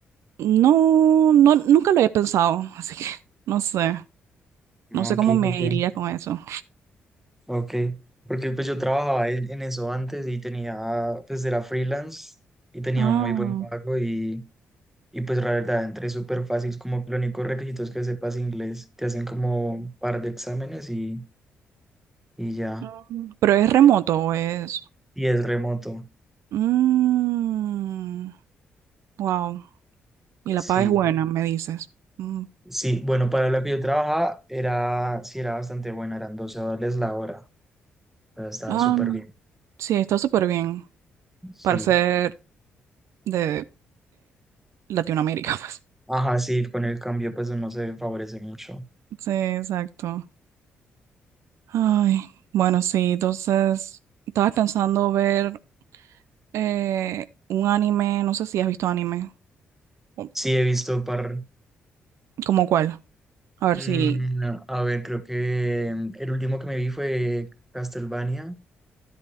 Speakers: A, on the right; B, in the centre.
A: no, no, nunca lo he pensado, <laughs> así que no sé,
B: Ok,
A: no sé cómo me
B: ¿por qué?
A: iría con eso.
B: ok. Porque pues yo trabajaba en, en eso antes y tenía, pues era freelance y tenía
A: Ah,
B: un muy buen pago y Y pues la verdad, entré súper fácil, como que los únicos requisitos que sepas inglés, te hacen como un par de exámenes y, y ya.
A: mm, pero es remoto, o es...
B: Y es remoto.
A: Mm, wow, y la
B: Sí,
A: paga es buena, me dices. Mm,
B: sí, bueno, para lo que yo trabajaba era, sí, era bastante buena, eran 12 dólares la hora, o sea, estaba
A: ah,
B: súper bien,
A: sí, está súper bien
B: sí.
A: para ser de Latinoamérica, <laughs> pues.
B: Ajá, sí, con el cambio pues no se favorece mucho.
A: Sí, exacto. Ay, bueno, sí, entonces estaba pensando ver eh, un anime, no sé si has visto anime, o-
B: Sí, he visto par,
A: ¿como cuál? A ver
B: mm,
A: si...
B: no, a ver, creo que mm, el último que me vi fue Castlevania,